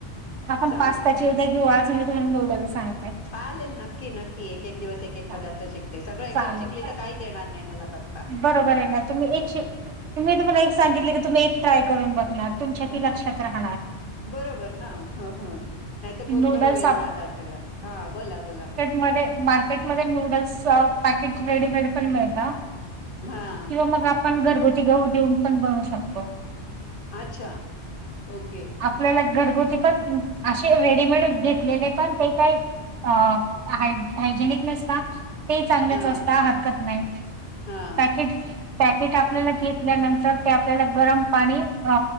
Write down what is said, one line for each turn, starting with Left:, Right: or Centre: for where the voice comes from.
Right: आपण
Left: चाल
Right: पास्ताची उद्या घेऊ आज तुम्हाला मी नुडल्स सांगते.
Left: चालेल नक्की नक्की एक एक दिवस एक
Right: चालेल
Left: एक पदार्थ शिकते सगळं
Right: चालेल,
Left: एकदम शिकली तर काहीच येणार नाही मला कर
Right: बरोबर आहे ना तुम्ही एक शिक मी तुम्हाला एक सांगितले की तुम्ही एक ट्राय करून बघणार तुमच्या
Left: ह
Right: ती लक्षात राहणार.
Left: बरोबर ना नाही तर गोंधळ
Right: नूडल्स
Left: होईल माझा सगळा हा बोला बोला.
Right: मध्ये मार्केटमध्ये नूडल्स पॅकेट रेडीमेड पण मिळतं
Left: हा.
Right: मग आपण घरगुती गहू देऊन पण बनू शकतो.
Left: अच्छा ओके.
Right: आपल्याला घरगुती पण अशे रेडीमेड घेतलेले पण ते काय अ हाय हायजेनिक नसता ते चांगलेच
Left: हा
Right: असता हरकत नाही.
Left: हा.
Right: केट आपल्याला पॅकेट घेतल्यानंतर ते आपल्याला गरम पाणी अ